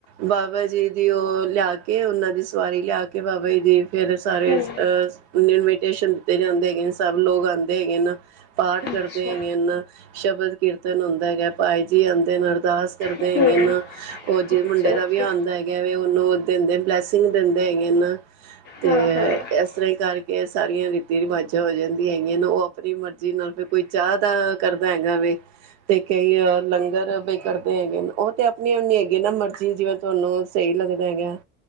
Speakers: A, on the right; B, on the left.
A: ਬਾਬਾ ਜੀ ਦੀ ਉਹ ਲ਼ਿਆ ਕੇ, ਉਹਨਾਂ ਦੀ ਸਵਾਰੀ ਲ਼ਿਆ ਕੇ, ਬਾਬਾ ਜੀ ਦੀ ਫ਼ਿਰ ਸਾਰੇ
B: ਹਮ
A: ਅਹ ਇਨਵੀਟੇਸ਼ਨ ਦਿੱਤੇ ਜਾਂਦੇ ਹੈਗੇ ਨੇ, ਸਭ ਲੋਕ ਆਉਂਦੇ ਹੈਗੇ ਨਾ। ਪਾਠ ਕਰਦੇਂ
B: ਅੱਛਾ
A: ਹੈਗੇ ਨਾ। ਸ਼ਬਦ ਕੀਰਤਨ ਹੁੰਦਾ ਹੈਗਾ, ਭਾਈ ਜੀ ਆਉਂਦੇ ਨੇ, ਅਰਦਾਸ ਕਰਦੇ
B: ਹਮ
A: ਹੈਗੇ ਨਾ, ਉਹ ਜਿਹ
B: ਅੱਛਾ
A: ਮੁੰਡੇ ਦਾ
B: ਅੱਛਾ
A: ਵਿਆਹ ਹੁੰਦਾ ਹੈਗਾ ਵਾ, ਉਹਨੂੰ ਦਿੰਦੇ ਬਲੈਸਿੰਗ ਦਿੰਦੇ ਹੈਗੇ ਨਾ। ਤੇ
B: ਹਾਂ ਹਾਂ ਹਮ
A: ਏਸ ਤਰ੍ਹਾਂ ਹੀ ਕਰਕੇ ਸਾਰੀਆਂ ਰੀਤੀ ਰਿਵਾਜ਼ਾਂ ਹੋ ਜਾਂਦੀਆਂ ਹੈਗੀਆਂ ਨਾ, ਉਹ ਆਪਣੀ ਮਰ ਜੀ ਨਾਲ਼ ਫਿਰ ਕੋਈ ਚਾਹ ਦਾ ਕਰਦਾ ਹੈਗਾ ਵੇ, ਤੇ ਕਈ ਲੰਗਰ ਬਈ ਕਰਦੇਂ ਹੈਗੇ ਨੇਂ, ਉਹ ਤੇ ਆਪਣੀਂ-ਆਪਣੀ ਹੈਗੀ ਨਾ, ਮਰਜੀ ਜਿਵੇਂ ਤੁਹਾਂਨੂੰ ਸਹੀ ਲੱਗਦਾ ਹੈਗਾ,